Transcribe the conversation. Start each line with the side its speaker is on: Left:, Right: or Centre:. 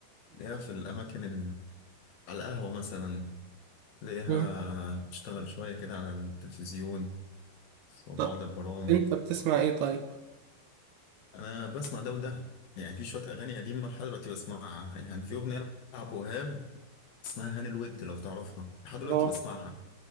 Left: تلاقيها في الاماكن ال... على القهوه مثلا تلاقيها
Right: مم.
Left: بتشتغل شويه كده على التلفزيون وبعض
Right: طب
Left: البرامج
Right: انت بتسمع ايه طيب
Left: انا بسمع ده وده يعني في شويه اغاني قديمه لحد دلوقتي بسمعها يعني في اغنيه لعب وهاب اسمها هاني الود لو تعرفها لحد دلوقتي
Right: اه
Left: بسمعها